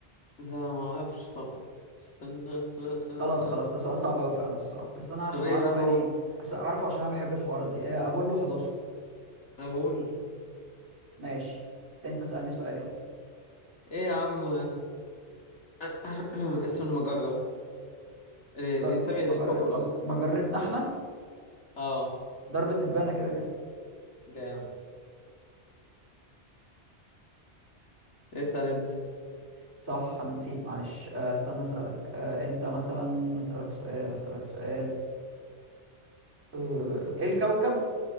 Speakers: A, on the left; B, on the right.
A: لا ما اعرفش طبعا استنى آه آه آه.
B: خلاص خلاص ده سؤال صعب قوي فعلا الصراحه بس انا عشان
A: طب ايه
B: عارفه
A: بقى هو
B: يعني عشان اعرفه عشان انا بحب الحوارات دي آه، ابولو 11
A: اقول له
B: ماشي انت اسالني سؤال يلا
A: ايه يا عم <clears throat> اسم المجرة إيه،
B: در...
A: بينتمي إلى
B: مجر...
A: كوكب الأرض
B: مج... مجرتنا احنا
A: اه
B: ضرب الدبانه كده كده
A: جامد اسأل أنت
B: صح انا نسيت معلش آه، استنى اسالك آه، انت مثلا اسالك سؤال اسالك سؤال آه، ايه الكوكب